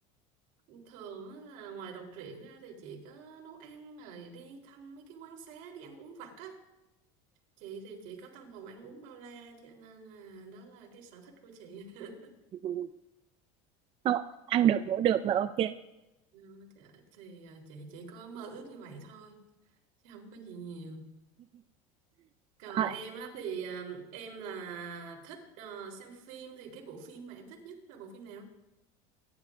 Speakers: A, on the right; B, on the right.
A: Thường á là ngoài đọc truyện ra thì chị có nấu ăn rồi đi thăm mấy cái quán xá đi ăn uống vặt á. Chị thì chị có tâm hồn ăn uống bao la cho nên là đó là cái sở thích của chị. <laughs>
B: cũng không ăn được ngủ được là ok.
A: Đó, thì thì, à, chị chỉ có mơ ước như vậy thôi chứ không có gì nhiều. Còn
B: Ờ,
A: em á thì à, em là thích à, xem phim thì cái bộ phim mà em thích nhất là bộ phim nào?